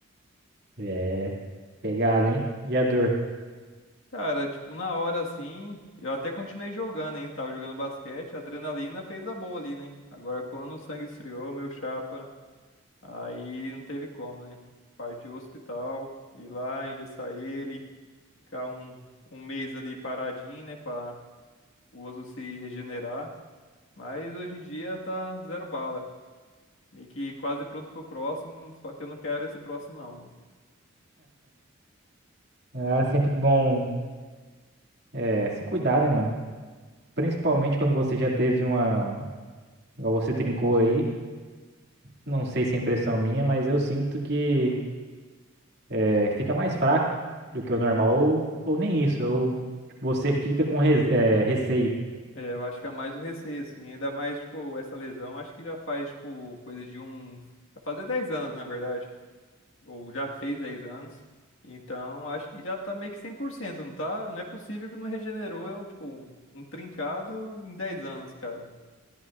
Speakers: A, on the right; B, on the left.
A: É pegada, hein? E a dor?
B: Cara, tipo, na hora assim, eu até continuei jogando ainda, tava jogando basquete, a adrenalina fez a boa ali, né? Agora, quando o sangue esfriou, meu chapa, aí não teve como, né? Partiu o hospital, ir lá, engessar ele, ficar um, um mês ali paradinho, né, pra o osso se regenerar. Mas hoje em dia tá zero bala, meio que quase pronto pro próximo, só que eu não quero esse próximo não,
A: É sempre bom é, se cuidar, né, mano? Principalmente quando você já teve uma. Igual você trincou aí. Não sei se é impressão minha, mas eu sinto que. é, fica mais fraco do que o normal, ou, ou nem isso, ou você fica com res- é, receio.
B: É, eu acho que é mais o receio, assim. Ainda mais, tipo, essa lesão, acho que já faz, tipo, coisa de uns. Vai fazer 10 anos, na verdade. Ou já fez 10 anos. Então, acho que já tá meio que cem por cento não tá? Não é possível que não regenerou, eu, tipo, um trincado em dez anos, cara.